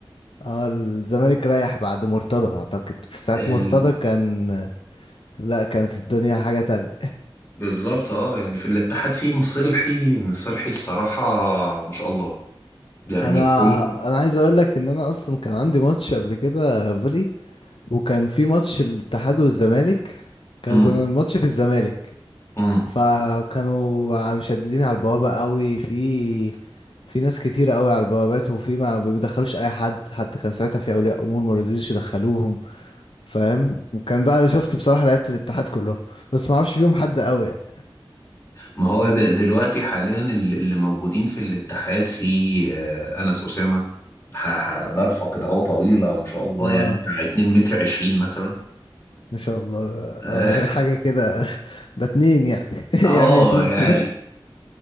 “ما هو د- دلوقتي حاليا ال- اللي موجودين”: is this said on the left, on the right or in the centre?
Left